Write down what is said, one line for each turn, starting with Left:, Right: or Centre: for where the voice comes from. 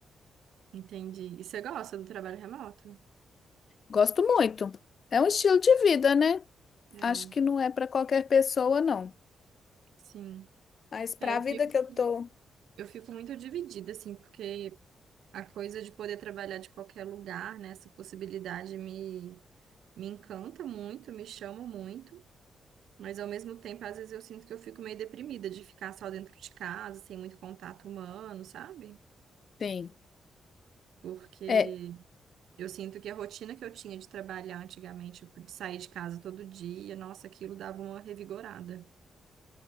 Right: entendi. E você gosta do trabalho remoto?
Left: Gosto muito. É um estilo de vida, né?
Right: É,
Left: Acho que não é para qualquer pessoa, não.
Right: sim.
Left: Mas para
Right: É, eu
Left: a vida
Right: fico,
Left: que eu tô.
Right: eu fico muito dividida, assim, porque A coisa de poder trabalhar de qualquer lugar, né? Essa possibilidade me, me encanta muito, me chama muito, mas ao mesmo tempo, às vezes eu sinto que eu fico meio deprimida de ficar só dentro de casa, sem muito contato humano, sabe?
Left: Sim.
Right: Porque
Left: É,
Right: eu sinto que a rotina que eu tinha de trabalhar antigamente, tipo, de sair de casa todo dia, nossa, aquilo dava uma revigorada.